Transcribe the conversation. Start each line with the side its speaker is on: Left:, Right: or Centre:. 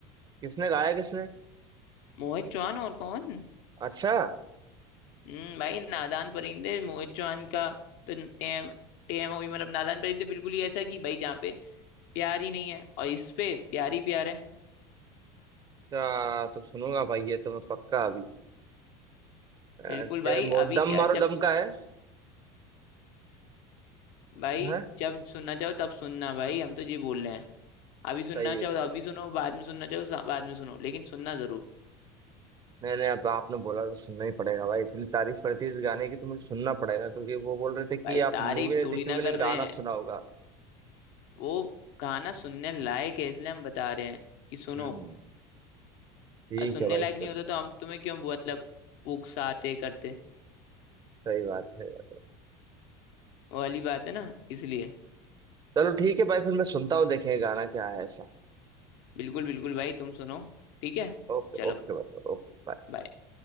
Right: किसने गाया किसने
Left: मोहित चौहान और कौन
Right: अच्छा
Left: हम्म भाई नादान परिंदे मोहित चौहान का तो टेम टेम हुई मतलब नादान परिंदे बिल्कुल ही ऐसा कि भाई जहाँ पे प्यार ही नहीं है और इस पे प्यार ही प्यार है
Right: अच्छा तो सुनूंगा भाई ये तो मैं पक्का अभी अ,
Left: बिल्कुल
Right: डेमो
Left: भाई अभी
Right: दम
Left: क्या
Right: मारो
Left: जब
Right: दम का है
Left: भाई
Right: हाँ
Left: जब सुनना चाहो तब सुनना भाई हम तो ये बोल रहे हैं अभी सुनना
Right: सही है
Left: चाहो
Right: सही
Left: तो अभी सुनो बाद में सुनना चाहो तो बाद में सुनो लेकिन सुनना जरूर
Right: मैंने अब आपने बोला तो सुनना ही पड़ेगा भाई इतनी तारीफ करती है इस गाने की तो मुझे सुनना पड़ेगा क्योंकि वो बोल रहे थे कि
Left: भाई
Right: आप
Left: तारीफ
Right: मूवी नहीं
Left: थोड़ी
Right: देखी
Left: ना
Right: होगी
Left: कर
Right: लेकिन गाना
Left: रहे हैं
Right: सुना होगा
Left: वो गाना सुनने लायक है इसलिए हम बता रहे हैं कि सुनो
Right: हम्म ठीक
Left: और सुनने
Right: है भाई
Left: लायक
Right: सुनता
Left: नहीं होता तो हम तुम्हें क्यों वो मतलब उकसाते करते
Right: सही बात है सही बात है
Left: वो वाली बात है ना इसलिए
Right: चलो ठीक है भाई फिर मैं सुनता हूँ देखें गाना क्या है ऐसा
Left: बिल्कुल बिल्कुल भाई तुम सुनो ठीक है
Right: ओके
Left: चलो
Right: ओके भाई ओके
Left: bye।